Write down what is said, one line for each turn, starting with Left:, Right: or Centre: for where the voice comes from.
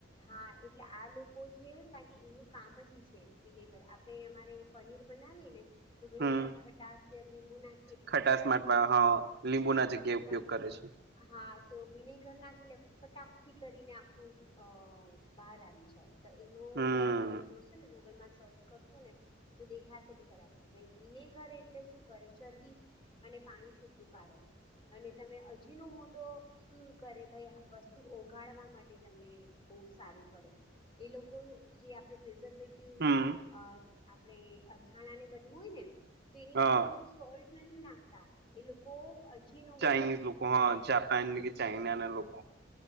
Left: હા એટલે આ લોકો જે હોય ને કારણ એનું કામ જ છે વિનેગર આપડ અમારે પનીર બનાવી ને તો ઘણી
Right: હમ
Left: વખત ખટાસ ત લીંબુ નાખ
Right: ખટાસ માટેવા હ લીંબુ ના જગ્યાએ ઉપયોગ
Left: પણ
Right: કરે છે.
Left: હા તો વિનેગર ના છેટલે ફટાકથી કરીને આખું અ બહાર આવી જાય. તો એનો
Right: હમ
Left: ઉપર તમે જોશો ને ગૂગલમાં સર્ચ કરશો ને ત દેખાશે ભી કરા ભાઈ વિને ઘરે એટલે શું કરે ચરબી અને પાણી છૂટું પાડે અને તમે હજીનો મોટો શું કરે ભાઈ વસ્તુ ઓગાડવા માટે તમને બહુ સારું પડે. એ લોકો જે આપણે પ્રિઝર્વેટિવ
Right: હમ
Left: આપડે અથાણા ને બધું હોય ને તો એની
Right: હા
Left: અંદર એ લોકો સોલ્ટ નથી નાખતા એ લોકો અજીનો
Right: ચાઈનિઝ
Left: મોટો નાખે
Right: લકો હા
Left: છે
Right: જાપાન નને કે ચાઈના ના લ લોકો